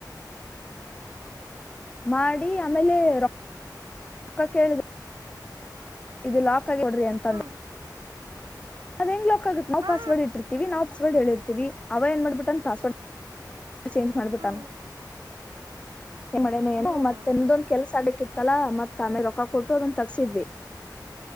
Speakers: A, on the right (about 65°); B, on the left (about 15°).
A: ಹ್ಮ್
B: ಮಾಡಿ ಆಮೇಲೆ ರ ಪಕ್ಕ ಕೇಳಿದೆ ಇದು ಲಾಕ್ ಆಗಿ ಕೊಡ್ರಿ ಎಂತಂದ
A: ಹ್ಮ್
B: ಅದ ಹೆಂಗ್ ಲಾಕ್ ಆಗುತ್ತೆ ನಾವು
A: ಹಾ
B: ಪಾಸ್ವರ್ಡ್ ಇಟ್ಟಿರ್ತಿೀವಿ ನಾವು ಪಸ್ವಡ್ ಹೇಳಿರ್ತತಿವಿ ಅವ ಏನ್ ಮಾಡ್ಬಿಟ್ಟ ಅನ್ ಪಾಸ್ವರ್ಡ್ ಚೇಂಜ್ ಮಾಡ್ಬಿಟ್ಟಾನ
A: ಹ್ಮ್
B: ಮಡಏ
A: ಹ್ಮ್
B: ಮತ್ತೆ್ದೊಂದ ಕೆಲ್ಸ ಿತ್ತಲ್ಲಾ ಮತ್ತ ಆಮೆ ರೊಕ್ಕ ಕೊಟ್ಟು ಅದನ್ನ ತಗಸಿದ್ವಿ